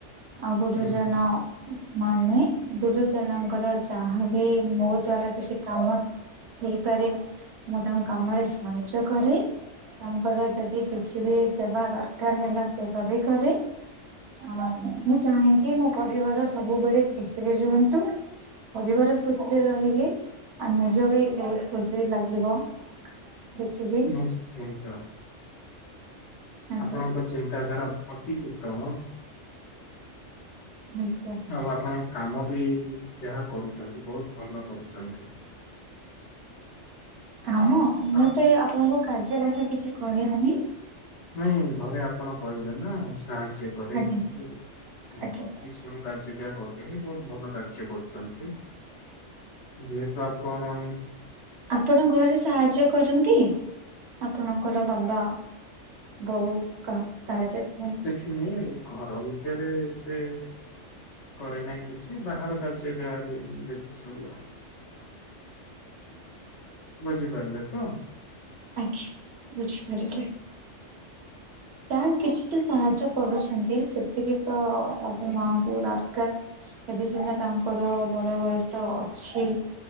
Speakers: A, on the right (about 60°); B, on the left (about 70°).
A: ଆଉ ଗୁରୁଜନ।
B: ହୁଁ
A: ମାନେ ଗୁରୁଜନଙ୍କର ଯାହାବି ମୋ ଦ୍ଵାରା କିଛି କାମ। ହେଇପାରେ ମୁଁ ତାଙ୍କୁ କାମରେ ସାହାଯ୍ୟ କରେ। ତାଙ୍କର ଯଦି କିଛି ବି ସେବା ଦରକାର ହେଲା ସେବା ବି କରେ। ହଁ ମୁଁ ଚାହେଁକି ମୋ ପରିବାର ସବୁବେଳେ ଖୁସିରେ ରୁହନ୍ତୁ। ପରିବାର ଖୁସିରେ ରହିଲି ଆ ନିଜ ବି ବହୁତ ଖୁସି ଲାଗିବ। ଦେଖିକି
B: ନିଶ୍ଚିତ
A: ଆଜ୍ଞା
B: ଆପଣଙ୍କ ଚିନ୍ତାଧାରା ଅତି ଉତ୍ତମ।
A: ଆଜ୍ଞା।
B: ଆଉ ଆପଣଙ୍ କାମ ବି ଯାହା କରୁଚନ୍ତି ବହୁତ ଭଲ କରୁଛନ୍ତି।
A: କାମ ମୁଁ
B: ଆ
A: ତ ଏ ଆପଣଙ୍କୁ କାର୍ଯ୍ୟ କଥା କିଛି କହି ନାହିଁ।
B: ନାଇଁ ଘରେ ଆପଣ କହିଲେ ନା ସାହାଯ୍ୟ କରେ
A: ଆଜ୍ଞା
B: ଏ
A: ଆଜ୍ଞା।
B: ସବୁ। କାର୍ଯ୍ୟ ଯାହା କରୁଥିଲେ ବହୁତ ଭଲ କାର୍ଯ୍ୟ କରୁଚନ୍ତି। ଯେହେତୁ ଆପଣ
A: ଆପଣ ଘରେ ସାହାଯ୍ୟ କରନ୍ତି ଆପଣଙ୍କର ବାବା। ବୋଉ କାହାକୁ ସାହାଯ୍ୟ କର
B: କେଜାଣି ଘର ଭିତରେ ଏତେ କରେ ନାହିଁ କିଛି ବାହାର କାର୍ଯ୍ୟ ଯାହାବି ଦେଖେ ସବୁ ଆଉ ବୁଝି ପାରିଲେତ।
A: ଆଜ୍ଞା ବୁଝିପାରିଲି। ଯାହା କିଛି ତ ସାହାଯ୍ୟ କରୁଛନ୍ତି ସେତିକି ତ ବାପା ମାଙ୍କୁ ଦରକାର। ଏବେ ସିନା ତାଙ୍କର ବଳ ବୟସ ଅଛି